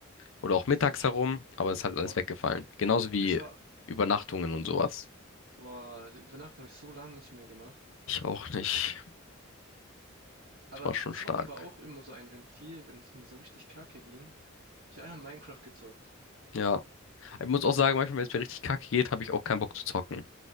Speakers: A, on the left; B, on the right.
A: oder auch
B: Ey,
A: mittags
B: Das war schon.
A: herum, aber es ist halt alles
B: Oh,
A: weggefallen. Genauso wie
B: das war.
A: Übernachtungen und sowas.
B: Boah, über Nacht habe ich so lange nicht mehr gemacht.
A: Ich auch nicht.
B: Aber
A: Es war schon
B: Zocken
A: stark.
B: war auch immer so ein Ventil, wenn es mir so richtig kacke ging. Ich habe einfach Minecraft gezockt.
A: Ja. Ich muss auch sagen, manchmal, wenn es mir richtig kacke geht, habe ich auch keinen Bock zu zocken.